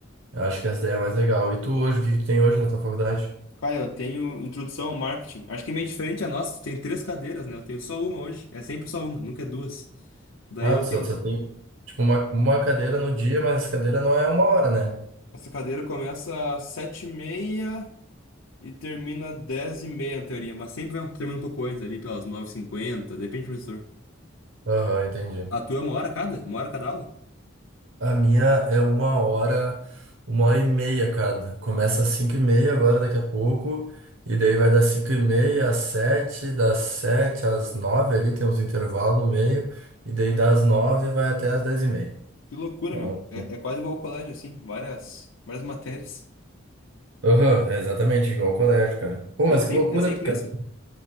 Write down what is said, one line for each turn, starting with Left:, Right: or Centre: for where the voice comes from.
Right: Eu acho que essa daí é a mais legal. E tu hoje, o que que tu tem hoje na tua faculdade?
Left: Cara, eu tenho introdução ao marketing. Acho que é meio diferente a nossa. Tu tem três cadeiras, né? Eu tenho só uma hoje. É sempre só uma, nunca é duas. Daí
Right: Ah,
Left: eu
Right: tu
Left: tenho...
Right: só, só tem, tipo, uma, uma cadeira no dia, mas essa cadeira não é uma hora, né?
Left: Essa cadeira começa às sete e meia... E termina 10 e meia na teoria, mas sempre vai- termina um pouco antes, ali pelas nove h 50 depende do professor.
Right: Aham, entendi.
Left: A tua é uma hora cada? Uma hora cada aula?
Right: A minha é uma hora, uma hora e meia, cada. Começa às cinco e meia agora, daqui a pouco. E daí vai das cinco e meia às sete, das sete às nove ali, tem uns intervalos no meio. E daí das nove vai até às dez e meia.
Left: Que loucura,
Right: Então,
Left: meu. É, é quase igual ao colégio, assim, várias, várias matérias.
Right: aham, é exatamente igual ao colégio, cara. Pô, mas
Left: E é sempre,
Right: que loucura,
Left: é sempre
Right: cara.
Left: isso?